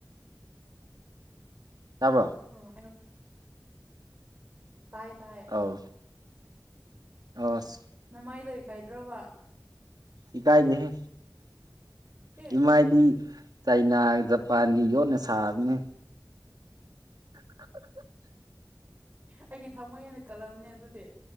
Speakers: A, on the right; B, on the right.
A: ꯇꯥꯕ꯭ꯔꯣ
B: ꯑꯥ ꯇꯥꯢ ꯇꯥꯢ
A: ꯑꯧ ꯑꯁ
B: ꯅꯃꯥꯏꯗꯣ ꯏꯀꯥꯏꯗ꯭ꯔꯣꯕ
A: ꯏꯀꯥꯏꯗꯦꯍꯦ
B: ꯑꯦ
A: <inaudible> ꯏꯃꯥꯏꯗꯤ ꯆꯩꯅꯥ ꯖꯄꯥꯟꯒꯤ ꯌꯣꯠꯅ ꯁꯥꯕꯅꯤ <inaudible>
B: ꯑꯩꯒꯤ ꯊꯃꯣꯏ ꯍꯦꯟꯅ ꯀꯜꯂꯝꯅꯦ ꯑꯗꯨꯗꯤ